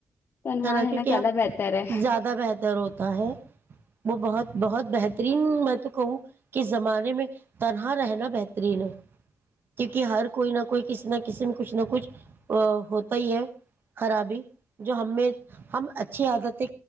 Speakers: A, on the left; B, on the right.
A: تنہا
B: ہے نا
A: رہنا
B: کی کیا
A: زیادہ بہتر ہے
B: زیادہ بہتر ہوتا ہے وہ بہت بہت بہترین میں تو کہوں کہ زمانے میں تنہا رہنا بہترین ہے کیونکہ ہر کوئی نہ کوئی کسی نہ کسی میں کچھ نہ کچھ ہوتا ہی ہے خرابی جو ہم میں ہم اچھی عادتیں